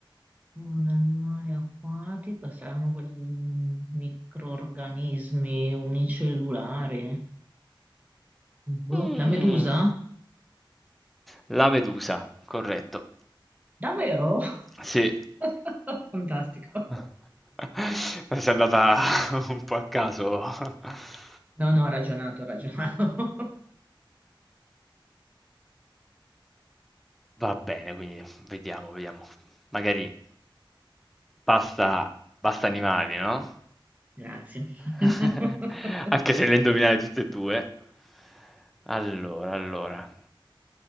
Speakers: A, on the right; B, in the centre.
A: un animale acquatico, saranno quegli microrganismi unicellulari. Boh,
B: Mm.
A: La medusa?
B: La Medusa, corretto.
A: Davvero?
B: Sì.
A: <laughs> Fantastico.
B: <laughs> Sei andata <laughs> un po' a caso. <laughs>
A: No, no, ho ragionato, ho ragionato. <laughs>
B: Va bene, quindi vediamo, vediamo. Magari. Basta basta animali, no?
A: Grazie.
B: <laughs>
A: <laughs>
B: Anche se le indovinate tutte e due. Allora, allora.